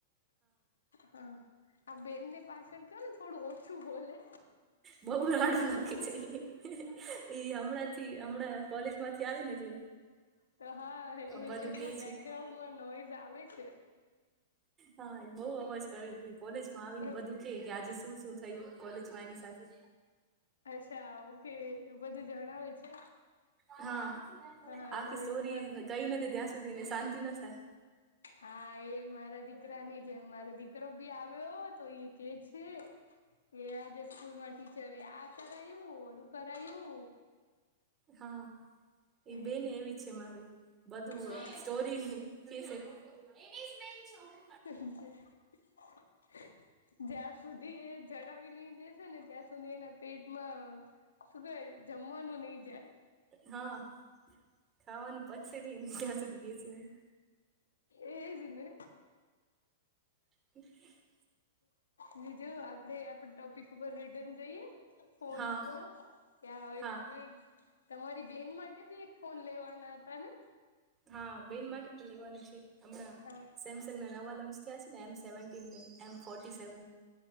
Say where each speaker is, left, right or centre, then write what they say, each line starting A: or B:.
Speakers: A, on the left; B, on the right.
A: હા આ બેનને પાછળ કયો ને થોડું ઓછું બોલે
B: બહું રાડું
A: એમનું
B: નાખે છે ઈ ઈ હમણાંથી હમણાં કોલેજ માંથી આવી ને એટલે
A: તો હા એ-એ
B: બધું
A: એમનું
B: કે
A: બેકગ્રાઉન્ડમાં
B: છે
A: નોઈઝ આવે છે.
B: હા ઈ બઉ અવાજ કરે છે. કોલેજમાં આવીને
A: એ
B: બધું કેઈ કે આજે શું-શું થયું કોલેજમાં એની સાથે
A: અચ્છા ઓકે એ બધું જણાવે છે.
B: હા
A: હા
B: આખી
A: તો
B: સ્ટોરી
A: એમનું
B: કઈ ન દે ત્યાં સુધી એને શાંતિ ન થાય
A: હા એ મારા દીકરા ની જેમ મારો દીકરો બી આવ્યો તો ઈ કહે છે, એ આજે સ્કૂલમાં ટીચરે આ કરાયું, ઓલું કરાયું
B: હા ઈ
A: એમ
B: બેને એવી જ છે મારી બધું
A: હા
B: સ્ટોરી કેશે. <inaudible> <unintelligible>
A: <inaudible> <unintelligible> જ્યાંર સુધી એ જણાવી નઈ દેશે ને ત્યાં સુધી એના પેટમાં શું કહેવાય જમવાનું નઈ જાય
B: હા ખાવાનું પચશે નઈ, જ્યાં સુધી કેશે નઈ
A: એજ ને
B: <inaudible>
A: બીજું આપણે આપણા ટોપિક ઉપર રિટર્ન જઈએ ફોન
B: હા
A: ઉપર કે હવે
B: હા
A: તમે તમારી બેન માટે બી એક ફોન લેવાના હતા ને?
B: હા બેન માટે પણ લેવાનું છે. હમણાં
A: હા
B: સેમસંગ ના નવા લોન્ચ થયા છે ને એમ સેવન ટી ને એમ ફોર્ટી સેવન